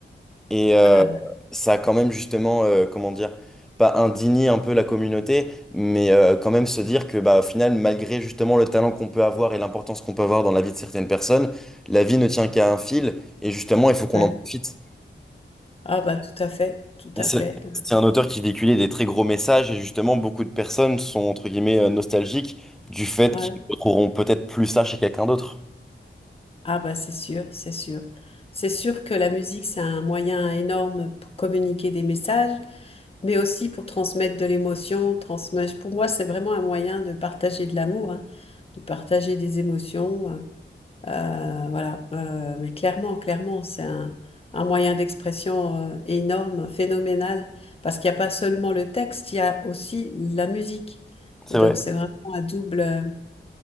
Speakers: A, in the centre; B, on the left.
A: Et euh,
B: Ah.
A: ça a quand même justement, euh, comment dire, pas indigné un peu la communauté, mais euh, quand même se dire que bah, au final, malgré justement le talent qu'on peut avoir et l'importance qu'on peut avoir dans la vie de certaines personnes, la vie ne tient qu'à un fil. Et justement, il faut qu'on
B: ouais.
A: en profite.
B: Ah bah tout à fait, tout
A: Et
B: à
A: C'est
B: fait.
A: c'est un auteur qui véhiculait des très gros messages et justement beaucoup de personnes sont entre guillemets euh, nostalgiques du fait
B: Ouais.
A: qu'ils ne retrouveront peut-être plus ça chez quelqu'un d'autre.
B: Ah bah c'est sûr, c'est sûr. C'est sûr que la musique, c'est un moyen énorme pour communiquer des messages, mais aussi pour transmettre de l'émotion, transmettre. Pour moi, c'est vraiment un moyen de partager de l'amour, hein, de partager des émotions. euh, euh, voilà. Euh, mais clairement, clairement, c'est un, un moyen d'expression euh, énorme, phénoménal, parce qu'il n'y a pas seulement le texte, il y a aussi la musique.
A: C'est
B: Donc
A: vrai.
B: c'est vraiment un double. euh,